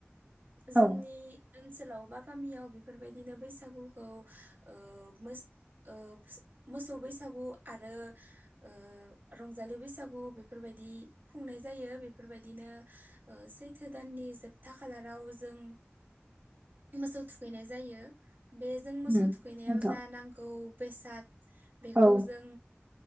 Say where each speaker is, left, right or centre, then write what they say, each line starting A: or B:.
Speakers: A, on the right (about 55°); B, on the right (about 30°).
A: जोंनि
B: औ
A: ओनसोलाव बा गामियाव बेफोरबायदिनो बैसागुखौ ओ मो ओ मोसौ बैसागु आरो ओ रंजालि बैसागु बेफोरबायदि खुंनाय जायो बे बेफोरबायदिनो ओ सैथो दाननि जोबथा खालाराव जों मोसौ थुखैनाय जायो बेजों मोसौ
B: उम
A: थुखैनायाव
B: नोंथां
A: जा नांगौ बेसाद बेखौ
B: औ
A: जों